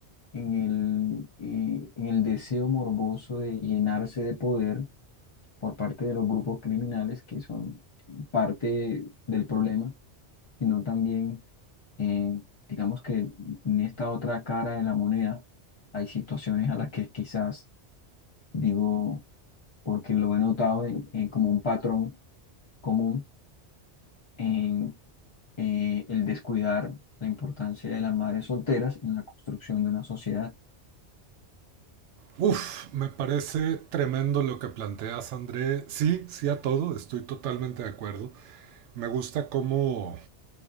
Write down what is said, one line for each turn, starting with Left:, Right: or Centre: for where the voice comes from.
Left: en el, eh, en el deseo morboso de llenarse de poder por parte de los grupos criminales que son parte del problema, sino también, eh, digamos que en esta otra cara de la moneda hay situaciones a las que quizás digo, porque lo he notado en, en como un patrón común en eh, el descuidar la importancia de las madres solteras en la construcción de una sociedad.
Right: Uf, me parece tremendo lo que planteas, André. Sí, sí a todo, estoy totalmente de acuerdo. Me gusta cómo